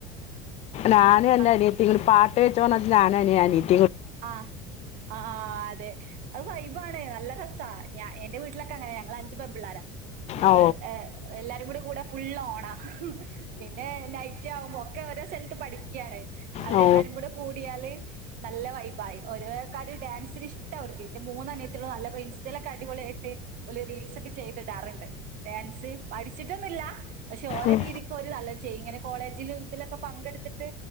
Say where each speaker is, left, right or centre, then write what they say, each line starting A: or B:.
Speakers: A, on the left (about 40°); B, on the right (about 55°).
A: ഞാനൻ എന്നെ
B: ആ
A: അിയത്തി ഇങ്ങനൊട്ട് വെോ ഞാന ഞാാന
B: ആഹ് ആ അതെ അത് വൈബാണ് നല്ല രസ ഞ എന്റെ വീട്ടിലൊക്കെ അങ്ങനെ ഞങ്ങൾ അഞ്ച് പെ പിിള്ളോര ഞങ്ങള്ൾ
A: ഓ
B: എല്ലാരും കൂടെ കൂടെ പുല്ലോണ പിന്നെ നൈറ്റ് ആവുമ്പോ ഒക്കെ ഓരോ സ്ഥലത്ത് പഠിക്കുകയാണ്േ അവരെല്ലാരും
A: ഓ
B: കൂടെ കൂടിയാല് നല്ല ബായ ഓരോക്കാര്ർ ഡാൻസിന് ഇഷ്ടം അവർക്ക് ഇന്റെ മൂന്നനയത്തിലുള്ള നല്ല ഇൻസ്റ്റയിലൊക്കെ അടിപൊളിയ ആായിട്ട് ഒരു റീൽസ് ഒക്കെ ചെയ്തിടാറുണ്ട് ഡാൻസ് പഠിച്ചിട്ടൊന്നുമില്ല പക്ഷെ ഓരോ
A: ഉം,
B: രീതിക്കും അവര് നല്ല ഇങ്ങനെ കോളേജിൽ ഇതിലൊക്കെ പങ്കെടുത്തിട്ട്